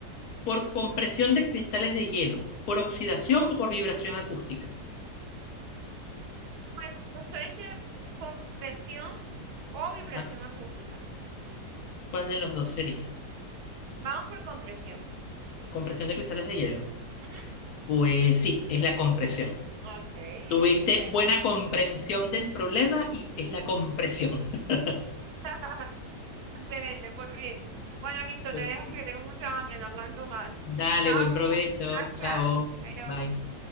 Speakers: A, on the left; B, on the right.
A: por compresión de cristales de hielo, por oxidación o por vibración acústica?
B: Pues estoy entre compresión o vibración
A: Ah,
B: acústica.
A: ¿cuál de los dos sería?
B: Vamos por compresión.
A: ¿Compresión de cristales de hielo?
B: Ujú.
A: Pues sí, es la compresión.
B: Ok,
A: Tuviste
B: bueno.
A: buena comprensión del problema y es la compresión. <laughs>
B: <laughs> Excelente, por fin. Bueno, listo,
A: Pues
B: te dejo porque
A: sí.
B: tengo mucha hambre, no aguanto más.
A: Dale,
B: Chao,
A: buen provecho.
B: gracias.
A: Chao.
B: Bueno.
A: Bye.